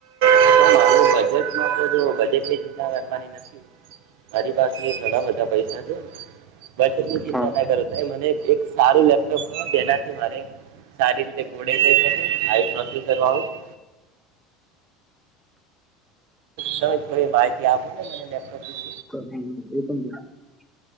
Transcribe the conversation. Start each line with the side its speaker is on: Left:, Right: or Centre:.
Right: પણ મારું બજેટમાં તો બજેટની ચિંતા કરવાની નથી મારી પાસે ઘણા બધા પૈસા છે. બ એ ચિંતા
Centre: હા
Right: ના કરોતા એ મને એક સારું લેપટોપ જેનાથી મારે સારી રીતે કોડો <inaudible> થોડી માહિતી ગયાભોને મને લેપટપ
Centre: તો હમ હમ એ પણ